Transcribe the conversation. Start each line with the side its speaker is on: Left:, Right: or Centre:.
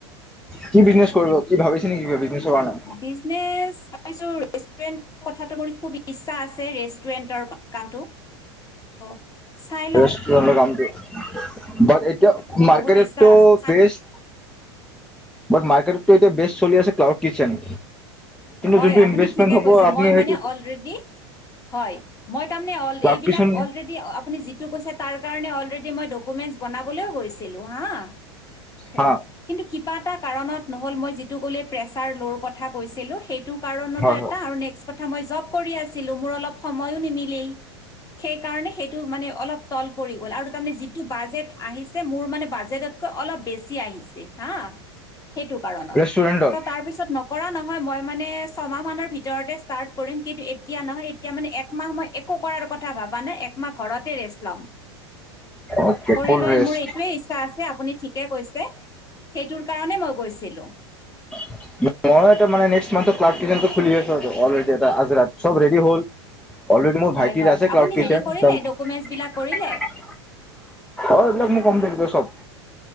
Centre: কি বিজনেছ কৰিব কি ভাবিছে নেকি? বিজনেছৰ কাৰণে
Left: বিজনেচ চাইছো ৰেষ্টুৰেণ্ট <unintelligible> কথাটো মোৰ খুব ইচ্ছা আছে ৰেষ্টুৰেন্টৰ কামটো <unintelligible> চাই লওঁ
Centre: ৰেষ্টোৰেণ্টৰ কামটো বাট এতিয়া
Left: মোৰ
Centre: মাৰ্কেটটো
Left: বহুত ইচ্ছা আছে
Centre: বেইষ্ট বাট মাৰ্কেটতটটো এতিয়া বেষ্ট চলি আছে ক্লাউড কিচেন।
Left: হয়
Centre: যোনটো
Left: আপুনি
Centre: ইনভেষ্টমেণ্ট
Left: ঠিকেই কৈছে,
Centre: হ'ব আপুনি
Left: মই
Centre: সেইটো
Left: মানে অ'লৰেডি হয় মই তাৰমানে অল
Centre: ক্লাব
Left: এইবিলাক
Centre: কিচোন
Left: অ'লৰেডি আপুনি যিটো কৈছে তাৰ তাৰ কাৰণে অ'লৰেডী মই ডকুমেণ্টচ বনাবলৈও গৈছিলো, হা হ
Centre: হা
Left: কিন্তু কিবা এটা কাৰণত নহ'ল মই যেতি প্ৰেচাৰ ল'ৰ কথা কৈছিলোঁ সেইটো কাৰণতো
Centre: হয়
Left: এটা
Centre: হয়
Left: আৰু নেক্স্ট <unintelligible> মই জব কৰি আছোঁ ছিলো মোৰ অলপ সময়ো নিমিলিল। সেইকাৰণে সেই টো মানে অলপ তল পৰি গ'ল আৰু তাৰ মানে যিটো বাজেট আহিছে মোৰ মানে বাজেটত কৈ অলপ বেছি আহিছে হা, সেইটো কাৰণত
Centre: ৰেষ্টুৰেণ্টত
Left: তাৰপিছত ন কৰা নহয় মই মানে ছয়মাহ মানৰ ভিত ভিতৰতে ষ্টাৰ্ত কৰিম কিন্তু এতিয়া নহয় এতিয়া মানে একমাহ মই একো কৰাৰ কথা ভবা নাই একমাহ ঘৰতে ৰেষ্ট লম।
Centre: অকে
Left: কৰি
Centre: ফুল
Left: লৈ
Centre: ৰেষ্ট
Left: মোৰ এইটোৱে ইচ্ছা আছে আপুনি ঠিকে কৈছে, সেইটোৰ কাৰণে মই গৈছিলো।
Centre: মই এ তাৰমানে নেক্সট মানঠত <unintelligible> খুলি আছো অলৰেড এটা আজৰাত চব ৰেডী হ'ল, অলৰেডী মোৰ
Left: হয়,
Centre: ভাইটিৰ
Left: হয়,
Centre: আছে
Left: হয়, আপুনি
Centre: ক্লাউড কিটচেন,
Left: হেৰি কৰিলে ডকুমেন্টচ বিলাক কৰিলে?
Centre: অ', এইবিলাক মোৰ কমপ্লিট সব